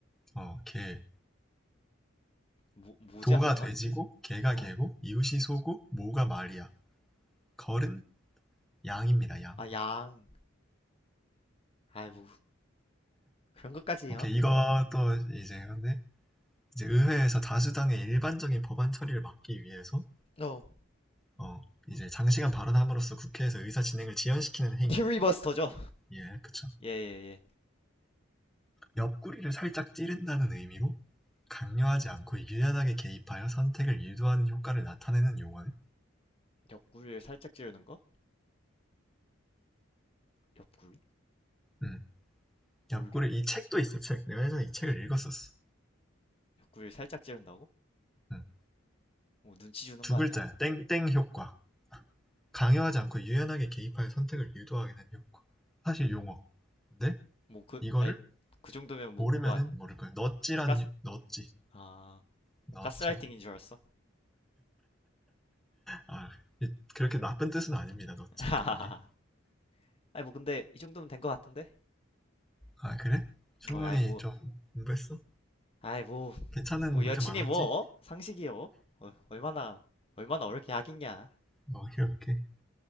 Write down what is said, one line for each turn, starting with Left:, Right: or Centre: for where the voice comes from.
Centre: 어, 개.
Left: 뭐, 뭐지
Centre: 도가
Left: 하나가?
Centre: 돼지고, 개가
Left: 어.
Centre: 개고, 이웃이 소고, 모가 말이야. 걸은 양입니다, 양.
Left: 아, 양. 아이, 뭐, 그런 것까지요?
Centre: 오케이, 이것도 이제 근데 이제 의회에서 다수당의 일반적인 법안 처리를 막기 위해서
Left: 어.
Centre: 어, 이제 장시간 발언함으로써 국회에서 의사 진행을 지연시키는 행위.
Left: 퓨리버스터죠?
Centre: 예, 그쵸.
Left: 예, 예, 예.
Centre: 옆구리를 살짝 찌른다는 의미로 강요하지 않고 유연하게 개입하여 선택을 유도하는 효과를 나타내는 용어는
Left: 옆구리를 살짝 찌르는 거? 옆구리?
Centre: 음,
Left: 모르겠네.
Centre: 옆구리 이 책도 있어 책 내가 예전에 이 책을 읽었었어
Left: 옆구리를 살짝 찌른다고?
Centre: 음,
Left: 뭐, 눈치 주는
Centre: 두
Left: 거
Centre: 글자야
Left: 아니야?
Centre: 땡땡 효과 강요하지 않고 유연하게 개입하여 선택을 유도하게 되는 효과 사실 용어 근데
Left: 뭐 그,
Centre: 이거를
Left: 아니, 그 정도면 뭐
Centre: 모르면은
Left: 그거 아니야?
Centre: 모를 거야 넛지라는
Left: 가스,
Centre: 넛지
Left: 아,
Centre: 넛지
Left: 뭐 가스라이팅인 줄 알았어.
Centre: 아, 그렇게 나쁜 뜻은 아닙니다, 넣찌지
Left: <laughs>
Centre: 이런 게.
Left: 아니 뭐 근데 이 정도면 된 것 같은데?
Centre: 아, 그래? 충분히
Left: 어, 아이 뭐,
Centre: 좀 공부했어?
Left: 아이 뭐,
Centre: 괜찮은
Left: 뭐
Centre: 문제
Left: 여친이
Centre: 많았지?
Left: 뭐 어? 상식이요? 어, 얼마나, 얼마나 어렵게 하겠냐.
Centre: 뭐, 오케이, 오케이.